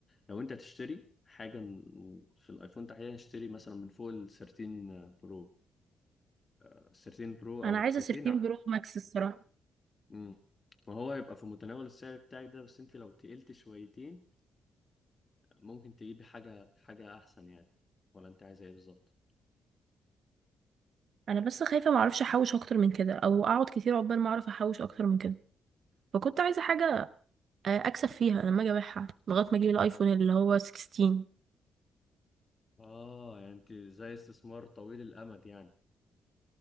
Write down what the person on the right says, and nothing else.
انا
عايزه
سيرتين
برو ماكس الصراحه
انا بس خايفه ما اعرفش احوش اكتر من كده او اقعد كتير عقبال ما اعرف احوش اكتر من كده فكنت عايزه حاجه آه، اكسب فيها لما اجي ابيعها لغايه ما اجيب الايفون اللي هو 16